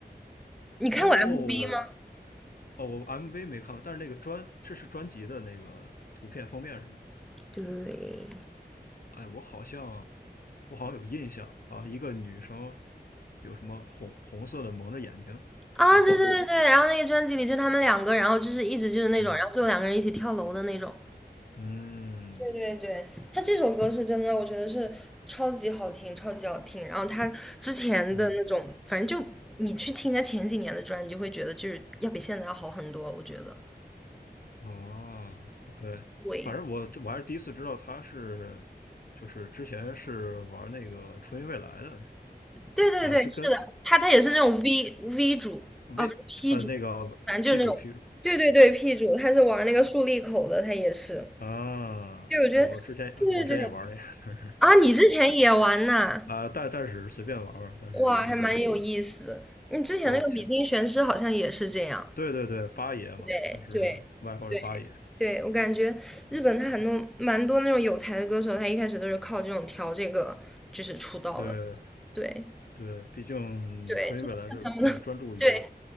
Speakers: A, in the centre; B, on the left.
A: 你看过
B: 哦
A: MV 吗？
B: 哦，我 MV 没看过，但是那个专，这是专辑的那个图片封面是吧？
A: 对
B: 哎，我好像，我好像有印象啊，一个女生有什么红红色的蒙着眼睛，
A: 啊，
B: 红色的布，
A: 对对对对，然后那个专辑里就他们两个，然后就是一直就是那种，
B: 嗯
A: 然后最后两个人一起跳楼的那种。
B: 嗯
A: 对对对，他这首歌是真的，我觉得是超级好听，超级好听。然后他之前的那种，
B: 嗯，
A: 反正就你去听他前几年的专辑，就会觉得就是要比现在要好很多。我觉得，
B: 哦，OK，
A: 对，
B: 反正我这我还是第一次知道她是，就是之前是玩那个初音未来的
A: 对对对，
B: 啊，就跟
A: 是的，他他也是那种 V V 主，
B: 微呃那个
A: 啊，不是 P 主，反正就是那种，
B: P 主 P 主
A: 对对对，P 主，他是玩那个竖立口的，他也是。
B: 啊，
A: 对，我觉得，
B: 我之前我之前也玩那个，
A: 对对对，啊，
B: <laughs>
A: 你之前也玩呐，
B: 啊，但但是随便玩玩，但是就是
A: 哇，还蛮有意思。你之前那个《比金玄师》好像也是这样。
B: 对挺对对对，八爷嘛，
A: 对对对对，
B: 他是外号是八爷，
A: 我感觉日本他很多蛮多那种有才的歌手，他一开始都是靠这种调这个就是出道的。
B: 对
A: 对
B: 对，毕竟
A: 对，
B: 纯音未来是更专注于
A: 这就算他们的 <laughs> 对